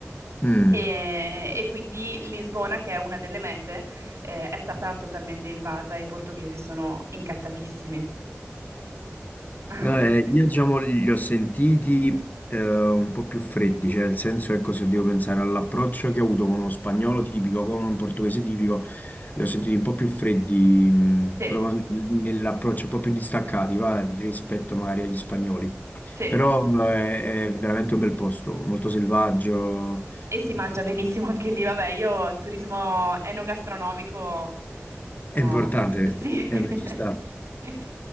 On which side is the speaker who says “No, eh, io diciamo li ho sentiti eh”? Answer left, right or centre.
Left